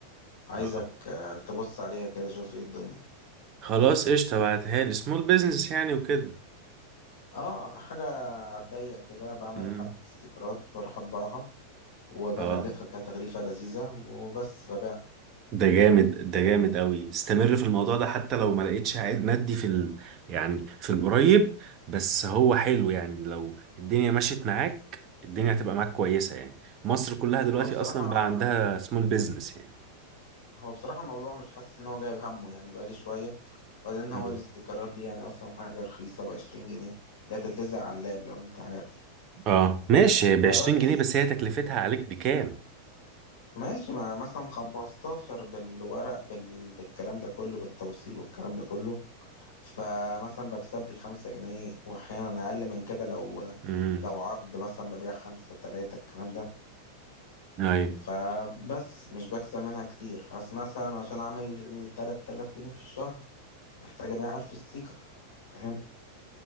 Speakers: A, on the left; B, on the right.
A: عايزك
B: اه
A: آه، تبص عليها كده شوف ايه الدنيا
B: خلاص قشطة بعتها لي سمول بيزنس يعني وكده
A: اه حاجة عالضيق كده بعمل
B: امم
A: حبة استيكرات بروح اطبعها وبغلفها
B: اه
A: كده تغليفة لذيذة وبس ببيعها
B: ده جامد ده جامد قوي استمر في الموضوع ده حتى لو ما لقيتش عائد مادي في ال... يعني في القريب بس هو حلو يعني لو الدنيا مشيت معاك الدنيا هتبقى معاك كويسة يعني مصر كلها دلوقتي
A: هو بصراحة
B: اصلا بقى عندها سمول بيزنس يعني
A: هو بصراحة الموضوع مش حاسس ان هو جايب همه يعني بقالي شوية بعدين
B: امم
A: هو الاستيكرات دي يعني اصلا حاجة رخيصة بعشرين جنيه لا تتلزق على اللاب لو انت عارف
B: اه ماشي ب
A: فبس
B: 20 جنيه بس هي تكلفتها عليك بكام
A: ماشي ما مثلا خمستاشر بالورق بال... بالكلام ده كله بالتوصيل والكلام ده كله فمثلا بكسب لي خمسة جنيه واحيانا اقل من كده لو
B: امم
A: لو عرض مثلا ببيع خمسة تلاتة الكلام ده
B: ايوه
A: فبس مش بكسب منها كتير فحس مثلا عشان اعمل التلات آلاف جنيه في الشهر محتاج ابيع ألف ستيكر فاهم